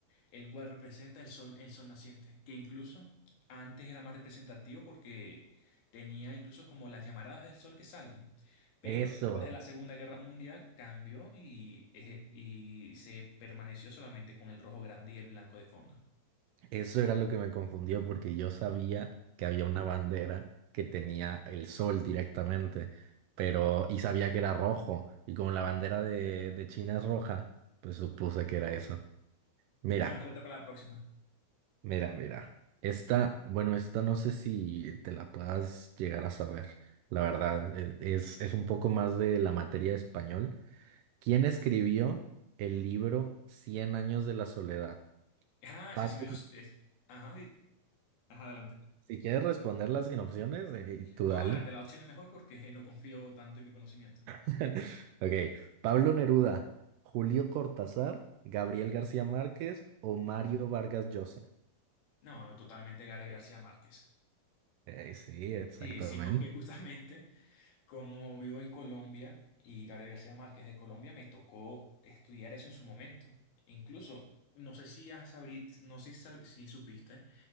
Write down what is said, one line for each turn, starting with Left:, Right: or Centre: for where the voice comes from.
Left: el cual representa el sol, el sol naciente, que incluso antes era más representativo porque tenía incluso como las llamaradas del sol que salen, pero
Right: Eso.
Left: después de la Segunda Guerra Mundial cambió y, eh, y se permaneció solamente con el rojo grande y el blanco de fondo.
Right: Eso era lo que me confundió porque yo sabía que había una bandera que tenía el sol directamente, pero y sabía que era rojo y como la bandera de, de China es roja, pues supuse que era eso. Mira,
Left: <laughs> Bueno, cuenta para la próxima.
Right: mira, mira. Esta, bueno, esta no sé si te la puedas llegar a saber. La verdad, e- es, es un poco más de la materia de español. ¿Quién escribió el libro Cien años de la soledad?
Left: Ah, ese
Right: Pablo
Left: sí me lo es- Ajá, y- ajá, adelante.
Right: si quieres responderla sin opciones, eh, tú
Left: No,
Right: dale.
Left: adelante, la opción es mejor porque no confío tanto en mi conocimiento.
Right: <laughs> Ok, Pablo Neruda, Julio Cortázar, Gabriel García Márquez o Mario Vargas Llosa.
Left: No, totalmente Gabriel García Márquez.
Right: Eh, sí, exactamente.
Left: Sí, sino que justamente Como vivo en Colombia y Gabriel García Márquez de Colombia, me tocó estudiar eso en su momento. Incluso, no sé si has sabri- no sé si sab- si supiste